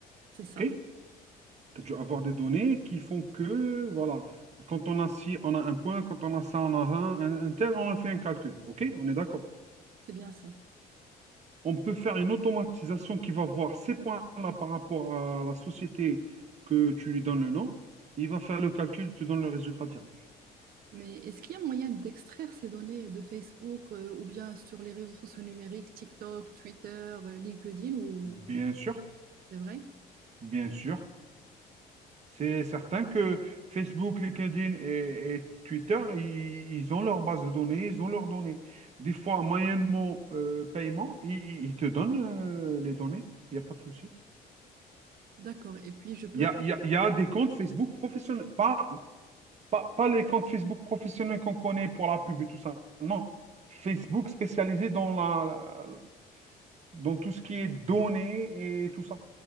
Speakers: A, on the right; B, on the right.
A: c'est ça,
B: OK? Tu as dû avoir des données qui font que, voilà, quand on a ci, on a un point, quand on a ça, on a un, un, un tel, on a fait un calcul. OK? On est d'accord.
A: c'est bien ça.
B: on peut faire une automatisation qui va voir ces points-là par rapport à la société que tu lui donnes le nom. Il va faire le calcul, tu donnes le résultat direct.
A: Mais est-ce qu'il y a moyen d'extraire ces données de Facebook euh, ou bien sur les réseaux sociaux numériques, TikTok, Twitter, euh, LinkedIn ou
B: Bien sûr,
A: c'est vrai?
B: bien sûr. C'est certain que Facebook, LinkedIn et, et Twitter, ils, ils ont leur base de données, ils ont leurs données. Des fois, moyennement euh, paiement, ils, ils te donnent euh, les données. Il n'y a pas de souci.
A: D'accord. Et puis je peux
B: Il y a, il y a- il y a des comptes Facebook professionnels, pas Pas, pas les comptes Facebook professionnels qu'on connaît pour la pub et tout ça. Non. Facebook spécialisé dans la, la- dans tout ce qui est données et tout ça.